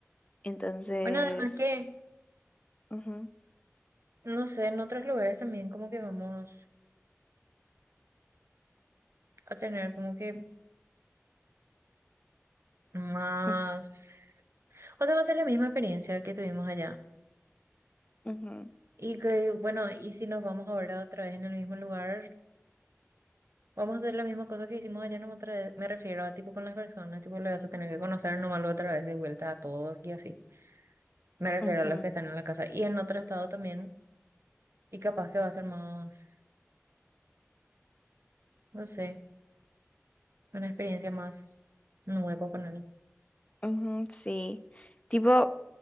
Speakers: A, on the left (about 25°); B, on the right (about 60°).
A: Entonces,
B: Bueno, además que,
A: ujú,
B: no sé, en otros lugares también como que vamos a tener como que más...
A: ujú,
B: O sea, va a ser la misma experiencia que tuvimos allá.
A: ujú,
B: Y que, bueno, y si nos vamos ahora otra vez en el mismo lugar, Vamos a hacer la misma cosa que hicimos allá no otra vez. Me refiero a tipo con las personas, tipo le vas a tener que conocer nomás otra vez de vuelta a todos y así. Me refiero
A: ujú,
B: a los que están en la casa y en otro estado también. Y capaz que va a ser más, no sé, una experiencia más nueva ponerle.
A: ujú, sí. Tipo,